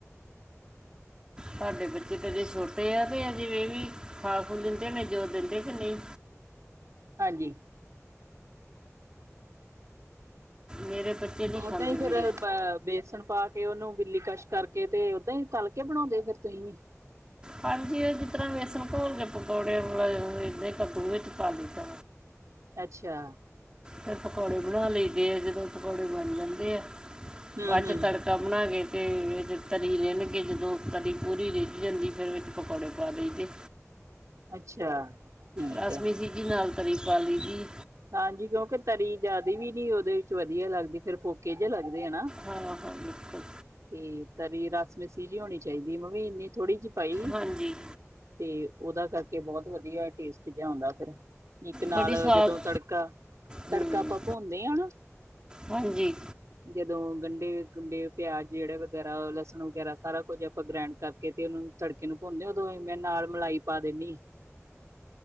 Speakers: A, on the right; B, on the right.
A: ਸਾਡੇ ਬੱਚੇ ਤਾਂ ਹਜੇ ਛੋਟੇ ਆ, ਤੇ ਅਜੇ ਏਵੀ ਵੀ ਖਾ ਖੂ ਲੈਂਦੇ ਨੇ ਜਦੋ ਦੇਂਦੇ ਕਿ ਨੀ
B: ਹਾਂਜੀ।
A: ਮੇਰੇ <unintelligible>
B: ਓਦਾਂ ਈ ਫੇਰ
A: ਮੇਰੇ
B: ਵੇਸਨ ਪਾ ਕੇ ਤੇ ਓਨੂੰ ਬਿੱਲੀ ਕੱਸ਼ ਕਰਕੇ ਤੇ ਓਦਾਂ ਈ ਤਾੱਲ ਕੇ ਬਣੋਂਦੇ ਫੇਰ ਤੁਹੀਂ ਵੀ
A: ਹਾਂਜੀ, ਜਿਸ ਤਰਾਂ ਵੇਸਨ ਘੋਲ ਕੇ ਪਕੌੜੇ <unintelligible> ਕਦੂ ਵਿਚ ਪਾ ਲਈਦਾ
B: ਅੱਛਾ।
A: ਫੇਰ ਪਕੌੜੇ ਬਣਾ ਲਈਦੇ ਐ ਜਦੋਂ ਪਕੌੜੇ ਬੰਨ ਜਾਂਦੇ ਐ,
B: ਹਮ
A: ਬਾਦ
B: ਹਮ
A: 'ਚ ਤੜਕਾ ਏਦਾਂ ਬਨਾ ਕੇ, ਤੇ ਵਿੱਚ ਤਰੀ ਰਿੰਨ ਕੇ ਜਦੋਂ ਤਰੀ ਪੂਰੀ ਰਿੱਝ ਜਾਂਦੀ ਫੇਰ ਵਿੱਚ ਪਕੌੜੇ ਪਾ ਦਈਦੇ।
B: ਅੱਛਾ। ਠੀਕ
A: ਰਸ
B: ਹੈ
A: ਮੀਸੀ ਜੀ ਨਾਲ ਤਰੀ ਪਾ ਲਈਦੀ।
B: ਹਾਂਜੀ, ਕਯੋਂਕਿ ਤਰੀ ਜਿਆਦੀ ਵੀ ਨੀ ਓਹਦੇ ਵਿੱਚ ਵਦੀਆ ਲੱਗਦੀ ਫੇਰ ਫੋ ਫੋਕੇ ਜੇ ਲੱਗਦੇ, ਨਾ।
A: ਹਾਂ ਹਾਂ ਬਿਲਕੁਲ
B: ਤੇ ਤਰੀ ਰਾੱਸ ਮਿਸੀ ਜੀ ਹੋਣੀ ਚਾਈਦੀ, ਮੈਂਵੀ ਇਨੀ ਥੋੜੀ ਜੀ ਪਾਈ
A: ਹਾਂਜੀ
B: ਤੇ ਓਹਦਾ ਕਰਕੇ ਬੋਤ ਵਦੀਆ ਟੇਸਟ ਜੇਆ ਆਉਂਦਾ ਫੇਰ, ਇੱਕ ਨਾਲ
A: ਬੜੀ ਸਵਾਦ
B: ਜਦੋਂ ਤੜਕਾ, ਤੜਕਾ
A: ਹੂੰ
B: ਆਪਾਂ ਭੁੰਨਦੇ ਆ ਨਾ
A: ਹਾਂਜੀ
B: ਜਦੋਂ ਗੰਡੇ, ਗੁੰਡੇ, ਪਯਾਜ ਜੇੜਾ ਵਗੈਰਾ, ਲਸਨ ਵਗੈਰਾ, ਸਾਰਾ ਕੁੱਝ ਆਪਾਂ ਗ੍ਰੈਂਡ ਕਰਕੇ, ਤੇ ਓਨੂੰ ਤੜਕੇ ਨੂੰ ਭੁੰਨਦੇ ਓਦੋਂ, ਮੈਂ ਨਾਲ ਮਲਾਈ ਪਾ ਦੇਂਨੀ